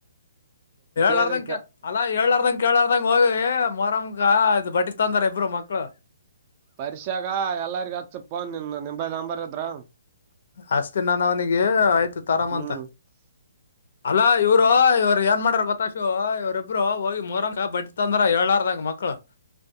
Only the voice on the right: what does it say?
ಕೇಳಿದ್ರ
ಪರಕ್ಷೆಾಗ ಎಲ್ಲರಿಗ ಹಚ್ಚಫೋನ್ ನಿಮ ನಿೈ ನಂಬರ್ ಅದ್ರ
ಹ್ಮ್